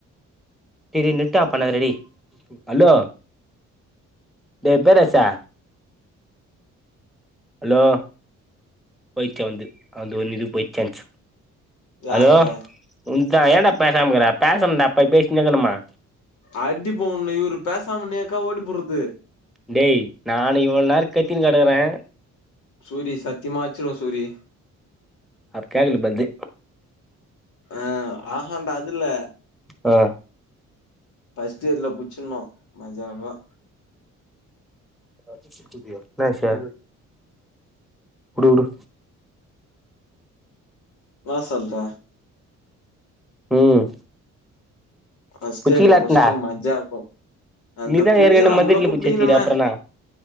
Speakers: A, in the centre; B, on the left.
A: டேய் டேய் நெட் ஆஃப் பண்ணாத டா டேய் அலோ டேய் பேரரசே அலோ பைத்தியோ வந்து அந்து ஒன்னு இது போய் சான்ஸ்
B: யார்து
A: அலோ உன்தா ஏண்டா பேசாமக்ற பேசணுடா பை பேசினேக்கணுமா
B: அடிப்பே ஒன்ன இவுரு பேசாமா நேக்கா ஓடி போறது
A: டேய் நானு இவ்வுள் நேரோ கத்தினு கடக்குறே
B: சூரி சத்தியமா அச்சிருவ சூரி
A: அப் கேக்ல பல்து
B: ஆ ஆஹா டா அதுல்ல
A: அ
B: ஃபர்ஸ்ட் இயர்ல புச்சுன்னு மஜாவா
A: என்னா விஷயோ வுடுவுடு
B: நா சொல்ற
A: ம்
B: ஃபர்ஸ்ட்
A: புச்சிக்கலாட்டண்டா
B: இயர்ல புஸ்ட்டு மஜா அந்த
A: நீதா
B: புடியும்
A: ஏற்கனவே
B: நம்ளு
A: மதுரையில
B: புடிக்ணுமே
A: புச்சி வச்சிக்கிற அப்றோ என்னா